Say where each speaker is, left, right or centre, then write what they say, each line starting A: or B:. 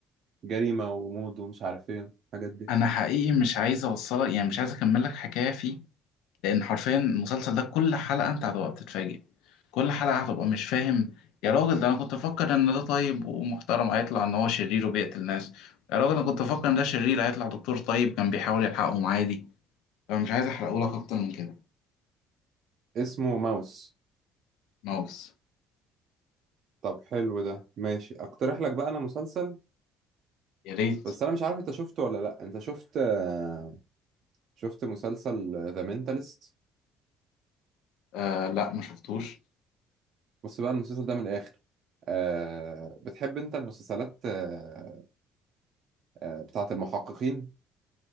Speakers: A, on the right; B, on the left.
A: جريمة وغموض ومش عارف ايه الحاجات دي
B: أنا حقيقي مش عايز أوصلك يعني مش عايز أكمل لك حكاية فيه لان حرفيا المسلسل ده كل حلقه انت هتبقى بتتفاجئ كل حلقه هتبقى مش فاهم يا راجل ده انا كنت افكر ان ده طيب ومحترم هيطلع ان هو شرير وبيقتل ناس يا راجل انا كنت افكر ان ده شرير هيطلع دكتور طيب كان بيحاول يلحقهم عادي فانا مش عايز احرقه لك اكتر من كده
A: اسمه ماوس
B: ماوس
A: طب حلو ده ماشي اقترح لك بقى انا مسلسل
B: يا ريت
A: بس انا مش عارف انت شفته ولا لا انت شفت آه، شفت مسلسل ذا مينتالست
B: آه لا ما شفتوش
A: بص بقى المسلسل ده من الاخر أه بتحب انت المسلسلات أه آه، بتاعة المحققين